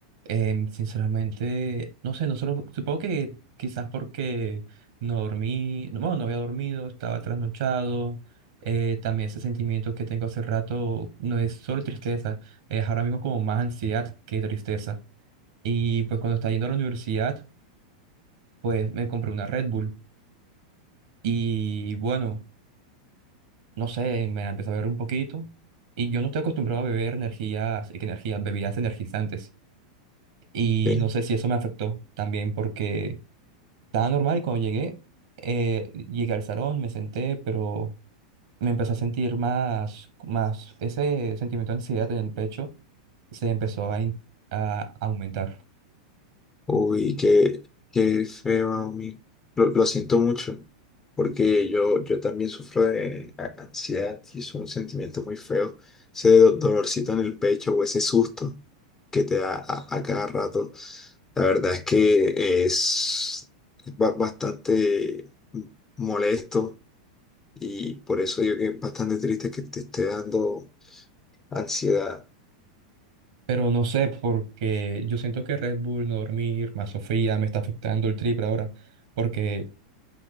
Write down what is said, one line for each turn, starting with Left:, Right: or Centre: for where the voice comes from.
Right: Em, sinceramente, no sé, nosotros, supongo que quizás porque no dormí, no, bueno, no había dormido, estaba trasnochado. eh, también ese sentimiento que tengo hace rato no es solo tristeza, es ahora mismo como más ansiedad que tristeza. Y pues cuando estaba yendo a la universidad, pues me compré una Red Bull. Y bueno, no sé, me la empecé a beber un poquito. Y yo no estoy acostumbrado a beber energías, eh, que energías, bebidas energizantes. Y
Left: Sí.
Right: no sé si eso me afectó también porque estaba normal y cuando llegué, eh, llegué al salón, me senté, pero me empecé a sentir más, más, ese sentimiento de ansiedad en el pecho se empezó a, in- a aumentar.
Left: Uy, qué, qué feo a mí. Lo, lo siento mucho, porque yo, yo también sufro de a- ansiedad y es un sentimiento muy feo. Ese do- dolorcito en el pecho o ese susto que te da a, a cada rato. La verdad es que es ba- bastante molesto y por eso yo que es bastante triste que te esté dando ansiedad.
Right: Pero no sé, porque yo siento que Red Bull, no dormir, más Sofía, me está afectando el triple ahora. Porque,